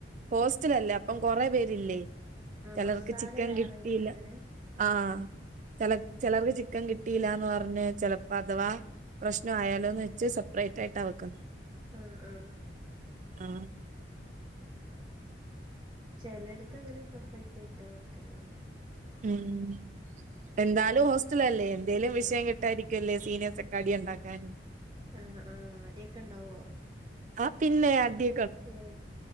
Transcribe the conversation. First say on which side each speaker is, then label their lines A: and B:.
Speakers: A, on the right; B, on the right.
A: ഹോസ്റ്റലല്ലേ അപ്പം കൊറെ പേരില്ലേ
B: ആഹ്
A: ചെലർക്ക്
B: മസാല
A: ചിക്കൻ
B: വേറായിട്ട്
A: കിട്ടിയില്ല
B: അങ്ങനെ
A: ആഹ് ച
B: ഉം
A: ചെലർക്ക് ചിക്കൻ കിട്ടി കിട്ടില്ലന്ന് പറഞ്ഞ് ചിലപ്പോ അഥവാ പ്രശ്നം ആയാലോന്ന് വെച്ച് സെപ്പറേറ്റ് ആായിട്ട് വക്കുന്നു
B: ആഹ് ആഹ്
A: ആഹ്
B: ചെലടത്ത് അങ്ങനെ സെപ്പറേറ്റ് ആയിട്ട് ആ വെക്കല്
A: ഉം എന്താലും ഹോസ്റ്റലല്ലേ എന്തേലും വിഷയം
B: ആഹ്
A: കിട്ടാരിക്കും ഒല്ലേ സീനിയേഴസ് ഒക്കെ അടി ഉണ്ടാക്കാൻ
B: ആഹ് ആഹ് അടൊക്കെ ഉണ്ടാവോ
A: ആ പിന്നെ അടി
B: ഏ